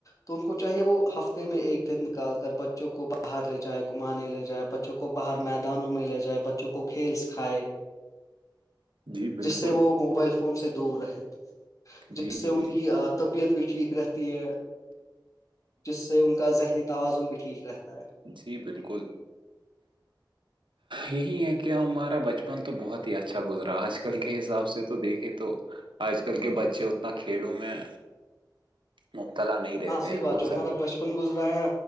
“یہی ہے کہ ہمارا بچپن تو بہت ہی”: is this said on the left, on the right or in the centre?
Right